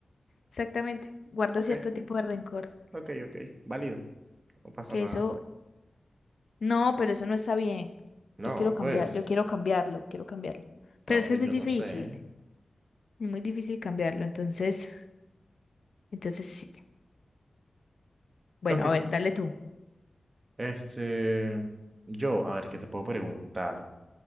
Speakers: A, on the left (about 70°); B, on the right (about 40°).
A: exactamente. Guardo
B: Ok,
A: cierto tipo de rencor.
B: ok, ok, válido, no pasa
A: Que
B: nada.
A: eso, no, pero eso no está bien.
B: No,
A: Yo quiero cambiar,
B: pues,
A: yo quiero cambiarlo, quiero cambiarlo. Pero
B: no,
A: es
B: pues
A: que es muy
B: yo
A: difícil,
B: no sé.
A: es muy difícil cambiarlo. Entonces, entonces sí. Bueno,
B: Ok,
A: a ver, dale tú.
B: este, yo, a ver, ¿qué te puedo preguntar?